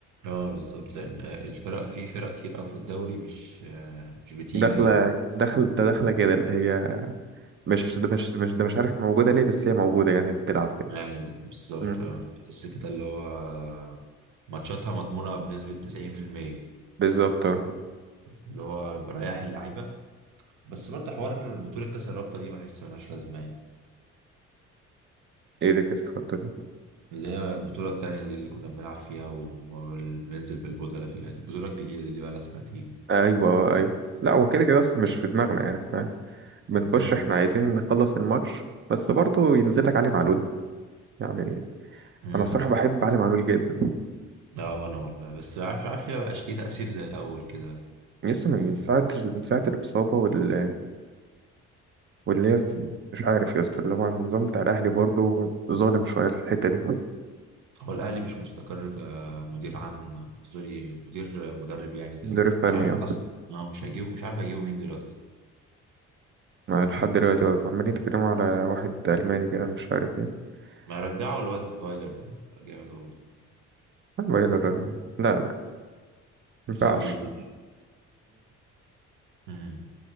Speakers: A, on the right (about 85°); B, on the right (about 40°).
A: اه بالظبط لأن آه، الفرق في فرق كتير أوي في الدوري مش آه، مش بتيجي
B: داخله
A: يعني
B: داخل ده داخله كده اللي هي مش ده مش مش ده مش عارف موجوده ليه بس هي موجوده يعني بتلعب كده
A: يعني بالظبط
B: مم.
A: آه. بس كده اللي هو آه، ماتشاتها مضمونة بنسبة 90%
B: بالظبط اه.
A: اللي هو بريح اللعيبة بس برضه حوار بطولة كأس الرابطة دي بحس ملهاش لازمة يعني
B: ايه ده كاس الخطه دي
A: اللي هي البطولة التانية دي اللي كنا بنلعب فيها وبننزل بالبودلة فيها دي البطولة الجديدة دي اللي بقى لها سنتين
B: ايوه آه، ايوه لا هو كده كده اصلا مش في دماغنا يعني فاهم بنخش
A: امم
B: احنا عايزين نخلص الماتش بس برضه ينزل لك علي معلول يعني
A: امم
B: انا الصراحه بحب علي معلول جدا
A: اه وانا والله بس عارف عارف ليه مبقاش ليه تأثير زي الأول كده
B: يسطا من
A: بس
B: ساعه من ساعه الاصابه وال واللي هي مش عارف يا اسطى اللي هو النظام بتاع الاهلي برضه ظالم شويه في الحته دي
A: هو الأهلي مش مستقر كمدير عام سوري مدير مدرب يعني دل...
B: مدرب فني
A: مش عارف
B: اه
A: أصلا اه مش هيجيبه مش عارف هيجيبه مين دلوقتي
B: مع لحد دلوقتي واقف. عمالين يتكلموا على واحد الماني كده مش عارف ايه
A: ما يرجعوا
B: بس
A: الواد فايلر ده جامد والله
B: ما بقى- لا لا ما ينفعش
A: صعب يجي امم